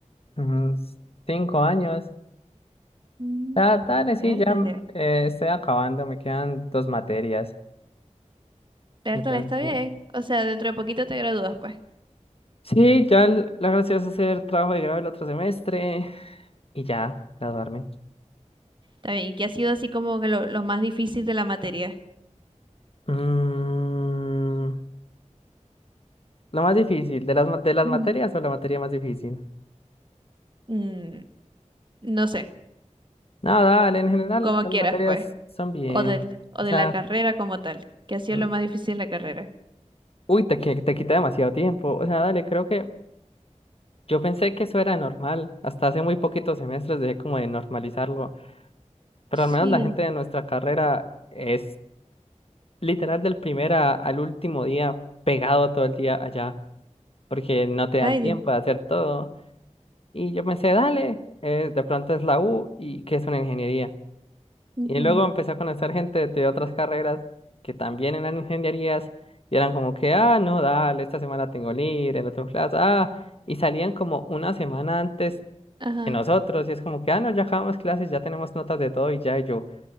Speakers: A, on the left; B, on the right.
A: Unos cinco años.
B: Mm,
A: Ah, dale, sí,
B: Pértale,
A: ya mm, eh, estoy acabando, me quedan dos materias.
B: pértale,
A: Entonces,
B: está bien. O sea, dentro de poquito te gradúas, pues.
A: sí, ya l- la gracia es hacer trabajo de grado el otro semestre y ya, graduarme.
B: Está bien. ¿Y qué ha sido así como que lo, lo más difícil de la materia?
A: Mm, lo más difícil, ¿de las, ma- de las
B: Ujú.
A: materias o la materia más difícil?
B: Mm, no sé,
A: No, dale, en general
B: como
A: las
B: quieras,
A: materias
B: pues.
A: son bien.
B: o del, o
A: O
B: de
A: sea,
B: la carrera como tal, que hacía
A: mm,
B: lo más difícil la carrera.
A: uy, te, qui- te quita demasiado tiempo. O sea, dale, creo que yo pensé que eso era normal. Hasta hace muy poquitos semestres dejé como de normalizarlo. Pero
B: Sí,
A: al menos la gente de nuestra carrera es literal del primer a- al último día pegado todo el día allá, porque no te da
B: ay
A: el tiempo
B: Dios.
A: de hacer todo. Y yo pensé, dale, eh, de pronto es la U y que es una ingeniería.
B: Ujú,
A: Y luego empecé a conocer gente de otras carreras que también eran ingenierías y eran como que, ah, no, dale, esta semana tengo libre, no tengo clase, ah, y salían como una semana antes
B: Ajá.
A: que nosotros y es como que, ah, no, ya acabamos clases, ya tenemos notas de todo y ya y yo.